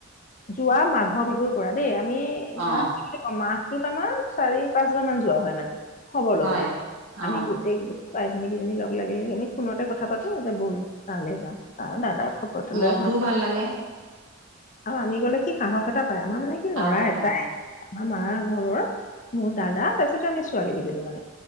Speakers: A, on the left; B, on the right.
A: যোৱা মাঘৰ বিহুৰ পৰা দেই। আমি
B: অ
A: ধৰা
B: অ
A: কি বোলি কম মাহটোত আমাৰ চাৰি, পাঁচ বাৰ মান যোৱা হয় মানে। খবৰ লবলে।
B: হয়
A: আমি
B: অ
A: গোটেই কেই ভাই-ভনী কেইজনী লগ লাগি লাগি আমি ফোনতে কথা পাতো যে ব'ল তালে যাওঁ আৰু দাদাৰ খবৰ এটা
B: মনটোও
A: লৈ আহো
B: ভাল লাগে।
A: আৰু আমি গলে সি সাহস এটা পায়। আমাৰ মানে কি
B: সাহস
A: লৰা
B: এটা
A: এটাই।
B: পায়
A: আমাৰ ঘৰৰ মোৰ দাদা তাৰপাছতে আমি ছোৱালীকেইজনী মানে।